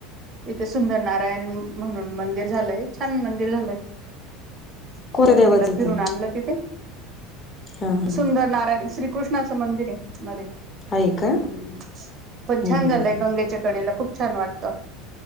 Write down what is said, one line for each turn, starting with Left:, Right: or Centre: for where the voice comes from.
Right: इथे सुंदर नारायण म्हणून मंदिर झालंय, छान मंदिर झालंय.
Left: कोणत्या
Right: मंग
Left: देवाचे
Right: तिला फिरून
Left: ते
Right: आणलं तिथे
Left: हा हा
Right: सुंदर नारायण श्रीकृष्णाचं मंदिर ये णरे
Left: आहे का
Right: हम्म हम्
Left: हम्म
Right: पण छान
Left: हम्म
Right: झालंय,
Left: हम्म
Right: गंगेच्या कडेला खूप छान वाटत.